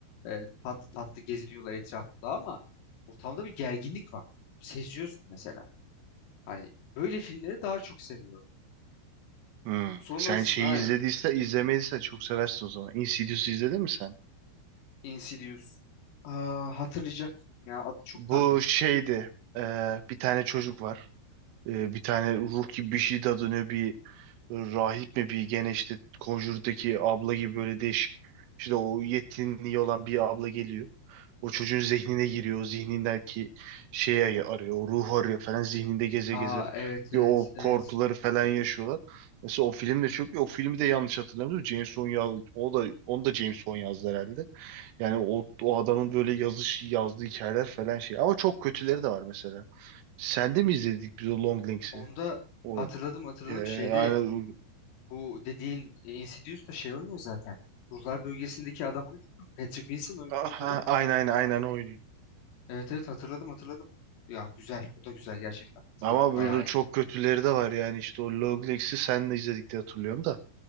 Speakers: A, on the left; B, on the right.
A: E, tatlı tatlı geziniyorlar etrafında ama ortamda bir gerginlik var. Seziyorsun mesela. Hani böyle filmleri daha çok seviyorum.
B: Hmm.
A: Sonrasında
B: Sen şeyi
A: aynen
B: izlediyse izlemediyse çok seversin o zaman. Insidious'u izledin mi sen?
A: Insidious. Aa, hatırlayacak ya adı çok
B: Bu
A: tanıdık.
B: şeydi. e, bir tane çocuk var. Ee, bir tane ruh gibi bir şey de dönüyor bir e, rahip mi bir gene işte Conjure'daki abla gibi böyle değişik işte o yetinliği olan bir abla geliyor. O çocuğun zihnine giriyor. O zihnindeki şeyi arıyor. O ruhu arıyor falan zihninde geze
A: Aa
B: geze.
A: evet evet
B: Bir o
A: evet
B: korkuları falan yaşıyorlar. Mesela o film de çok iyi. o filmi de yanlış hatırlamıyorum. James Wan yaz- o da onu da James Wan yazdı herhalde. Yani o, o adamın böyle yazış yazdığı hikayeler falan şey. Ama çok kötüleri de var mesela. Sen de mi izledik biz o Long Links'i?
A: Onda
B: O
A: hatırladım hatırladım
B: e,
A: şeyde
B: aynen
A: bu dediğin e, Insidious da şey oynuyor zaten. Ruhlar bölgesindeki adam oynuyor. Patrick Wilson oynuyor
B: aha,
A: onda da.
B: aynen aynen aynen o oynuyor.
A: Evet evet hatırladım hatırladım. Ya güzel. O da güzel gerçekten. Hatırladım.
B: Ama
A: Bayağı
B: böyle çok
A: iyi.
B: kötüleri de var yani işte o Long Links'i sen de izledik diye hatırlıyorum da.